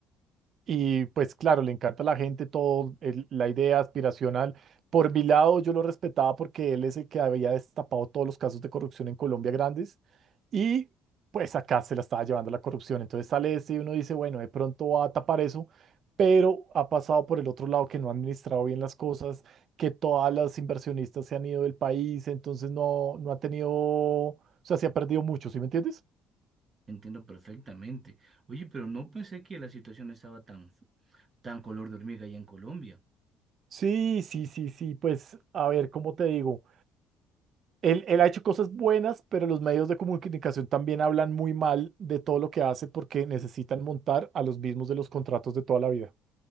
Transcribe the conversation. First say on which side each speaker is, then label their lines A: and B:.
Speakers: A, on the right (about 50°); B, on the right (about 35°).
A: y pues claro, le encanta a la gente todo, el- la idea aspiracional. Por mi lado, yo lo respetaba porque él es el que había destapado todos los casos de corrupción en Colombia grandes y pues acá se la estaba llevando la corrupción. Entonces sale este y uno dice, bueno, de pronto va a tapar eso, pero ha pasado por el otro lado que no ha administrado bien las cosas, que todas las inversionistas se han ido del país, entonces no, no ha tenido, o sea, se ha perdido mucho, ¿sí me entiendes?
B: entiendo perfectamente. Oye, pero no pensé que la situación estaba tan, tan color de hormiga allá en Colombia.
A: Sí, sí, sí, sí, pues a ver, ¿cómo te digo? Él, él ha hecho cosas buenas, pero los medios de comunicación también hablan muy mal de todo lo que hace porque necesitan montar a los mismos de los contratos de toda la vida.